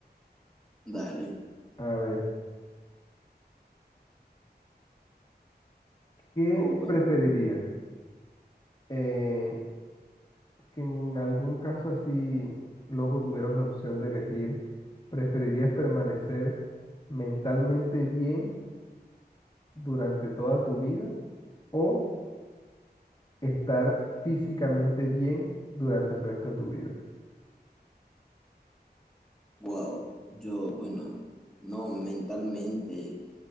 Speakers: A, in the centre; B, on the left.
A: Dale.
B: A ver, ¿qué
A: O bueno.
B: preferirías? Eh, Si en algún caso así, loco, tuvieras la opción de elegir, ¿preferirías permanecer mentalmente bien durante toda tu vida o estar físicamente bien durante el resto de tu vida?
A: Wow, yo, bueno, no, mentalmente,